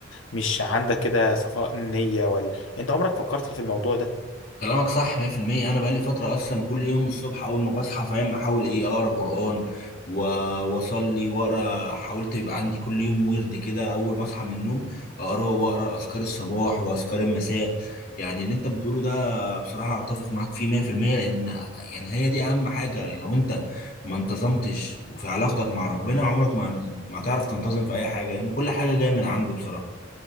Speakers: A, on the left; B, on the left.
A: مش عندك كده صفاء نيه ولا انت عمرك فكرت في الموضوع ده
B: كلامك صح 100% انا بقالي فتره اصلا كل يوم الصبح اول ما بصحى فاهم احاول ايه اقرا قران و- واصلي واقرا حاولت يبقى عندي كل يوم ورد كده اول ما اصحى من النوم اقراه واقرا اذكار الصباح واذكار المساء يعني اللي انت بتقوله ده بصراحه اتفق معاك فيه 100% لان يعني هي دي اهم حاجه لو انت ما انتظمتش وفي علاقتك مع ربنا عمرك ما ما هتعرف تنتظم في اي حاجه لان كل حاجه جايه من عنده بصراحه